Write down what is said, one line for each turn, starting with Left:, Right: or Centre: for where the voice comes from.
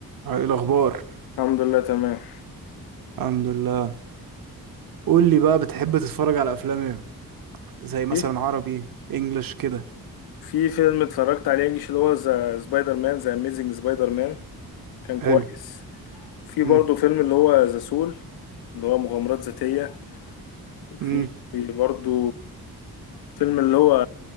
Right: ايه الاخبار
Left: الحمد لله تمام
Right: الحمد لله قول لي بقى بتحب تتفرج على افلام ايه زي مثلا
Left: في
Right: عربي انجلش كده
Left: في فيلم اتفرجت عليه انجلش اللي هو ذا سبايدر مان ذا اميزنج سبايدر مان كان كويس
Right: حلو
Left: وفي
Right: امم
Left: برضه فيلم اللي هو ذا سول اللي هو مغامرات ذاتية وفي
Right: امم
Left: برضه فيلم اللي هو